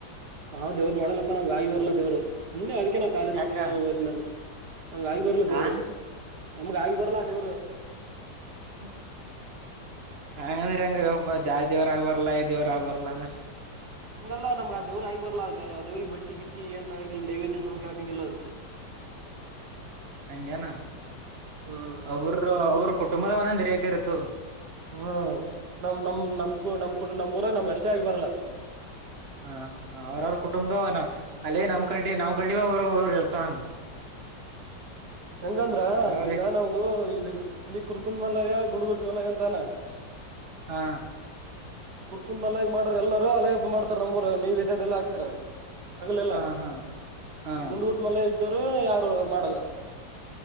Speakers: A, on the right; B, on the right.
A: ನಾವ್ ದೇವ್ರು ಮಾಡಲ್ಲಪ್ಪ ನಾ್ ಆಗ್ಗಿಬರಲ್ಲದವರು ಸುಮ್ಮನೆ ಅ ಯಾಕೆ ನಾವ್ ಕಾಲೇಜ
B: ಯಾಕ
A: ಹೋದ್ ನಾನು ನಮ್ಗ ಆಗಿ ಬರ್ಲ ದೇವ್ರು
B: ಆ
A: ನಮ್ಗ ಆಗಿ ಬರ್ಲ್ಲಾ ದೇವರು
B: ಹ್ಮ ಹಂಗಂದ್ರಿ ಹಂಗ್ರೀ ಒಬ್ಬ ದ ದೇವರ ಆಗ್ಬರ್ಲ್ಲ ಈ ದೇವ್ರ ಆಗ್ಬರ್ಾ ಅಂದ್ರ
A: ಹಂಗಲ್ಲ ನಮ್ಗೆ ಅ ದವರು ಆಗಿ ಬರ್ಲ್ಲ ಅ ದವ್ರಿಗೆ ಬಟ್ಟಿಟ್ಟಿ ಏನ್ ತಗೋಂಗಿಲ್ಲ ನೈವೇದ್ಯ ಸಮಕ್ಕೆ ಆಕೋಂಗಿಲ್ಲ ಅದಕ್ <unintelligible>
B: ಹಂಗಗೆನಾ
A: ಹ್ಮ್
B: ಅವ್ರ
A: ನಮ್
B: ಅವ್ರ ಕುಟುಂಬದವನಂದರಿತಿ ಇರುತ್ತು
A: ಹಾ ನಮ್ ನಮ್ ನಮ್ಕೂ ನಮ್ ಕುೂಡ ನಮ್ಮ್ ಊರ ನಮ್ ಅಷ್ಟೇ ಆಗ ಬರಲ್ಲ
B: ಹಾ ಅವ್ರವ್ರ ಕುಟುಂಬದ್ದ ಅಲ್ಲಿ ನಮ್ ಕಡ್ ನಮ್ಮ್ ಕಡ್ಡಿ ಒ್ರ ಒಬರು ಇರ್ತ ಹಂಗ
A: ಹೆಂಗಂದ್ರ
B: ಹಾಗಾರಿ
A: ಈಗ ನಮಗು ಈ ಇಲ್ಲಿ ಕುರ್ಕುಂದ ಮಲಯ ಗುಂಡಗುರ್ತಿ ಮಲಯ ಅಂತಾನ
B: ಹಾ
A: ಈ ಕುರ್ಕುಂದ ಮಲ್ಲ ಈಗ ಮಾಡ್ರ ಎಲ್ಲರೂ ಹಲೇ ಹಬ್ ಮಾಡ್ತಾರ ನಮ್ಮರು ನೈವೇದ್ಯದ ಎಲ್ಲಾ ಹಾಕ್ತಾರ ಆಗ್ಲಲ್ಲ
B: ಹಾ ಹಾ ಹಾ
A: ಈ ಗುಂಡು ಊಟ್ ಮಲೆ ಇದ್ದರು ಯಾರು ಮಾಡಲ್ಲ